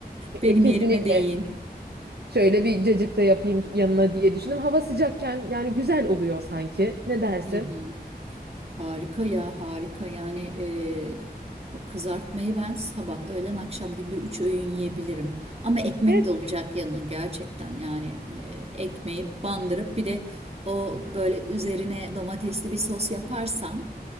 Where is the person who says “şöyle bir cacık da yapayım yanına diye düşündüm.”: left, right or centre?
Right